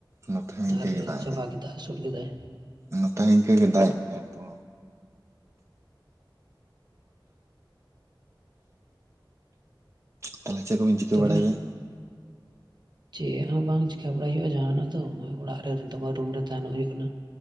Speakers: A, on the right; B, on the right.
A: ᱱᱚᱛᱮ ᱦᱚᱸ ᱤᱱᱠᱟᱹ
B: ᱟᱨ
A: ᱜᱮ ᱫᱟᱜ
B: ᱪᱟᱵᱟ
A: ᱮᱫᱟᱭ
B: ᱠᱮᱫᱟᱭ ᱟᱥᱩᱲ ᱠᱮᱫᱟᱭ,
A: ᱱᱚᱛᱮ ᱦᱚᱸ ᱤᱱᱠᱟᱹ ᱜᱮ ᱫᱟᱜ ᱮᱫ ᱜᱮᱭᱟᱭ ᱱᱤᱛ <inaudible> ᱛᱟᱦᱚᱞᱮ ᱪᱮᱫ ᱠᱚᱵᱤᱱ ᱪᱤᱠᱟᱹ
B: ᱛᱚᱵᱮ
A: ᱵᱟᱲᱟᱭ ᱜᱮᱭᱟ?
B: ᱪᱮᱫ ᱦᱚᱸ ᱵᱟᱝ ᱪᱤᱠᱟᱹ ᱵᱟᱲᱟᱭ ᱦᱩᱭᱩᱜᱼᱟ ᱡᱟᱦᱟᱸᱱᱟᱜ ᱫᱚ ᱚᱲᱟᱜ ᱨᱮ ᱱᱤᱛ ᱢᱟ ᱨᱩᱢ ᱨᱮ ᱛᱟᱸᱦᱮᱱ ᱦᱩᱭᱩᱜ ᱠᱟᱱᱟ᱾